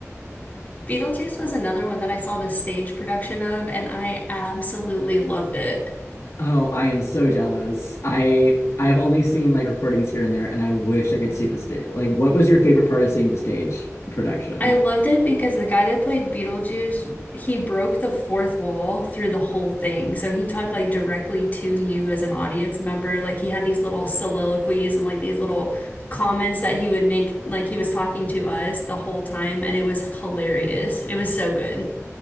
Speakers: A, on the left; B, on the left.
A: Beetlejuice was another one that I saw the stage production of, and I absolutely loved it.
B: Oh, I am so jealous. I I have only seen like recordings here and there, and I wish I could see the stage. Like, what was your favorite part of seeing the stage production?
A: I loved it because the guy that played Beetlejuice, he broke the fourth wall through the whole thing. So he talked like directly to you as an audience member. Like he had these little soliloquies and like these little comments that he would make, like he was talking to us the whole time, and it was hilarious. It was so good.